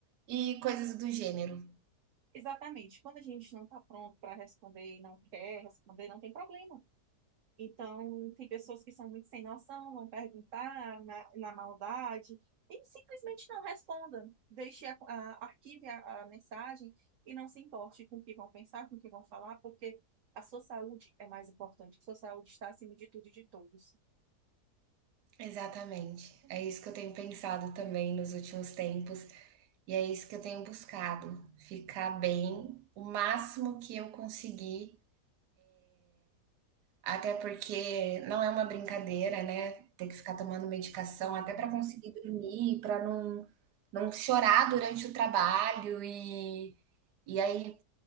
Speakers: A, on the right; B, on the right.
A: E coisas do gênero.
B: Exatamente. Quando a gente não está pronto para responder e não quer responder, não tem problema. Então, tem pessoas que são muito sem noção, vão perguntar na, na maldade, e simplesmente não responda. Deixe, a, a- arquive a, a mensagem e não se importe com o que vão pensar, com o que vão falar, porque a sua saúde é mais importante. A sua saúde está acima de tudo e de todos.
A: Exatamente. É isso que eu tenho pensado também nos últimos tempos, e é isso que eu tenho buscado, ficar bem o máximo que eu conseguir. Até porque não é uma brincadeira, né? Ter que ficar tomando medicação
B: Sim.
A: até para conseguir dormir, para não, não chorar durante o trabalho e, e aí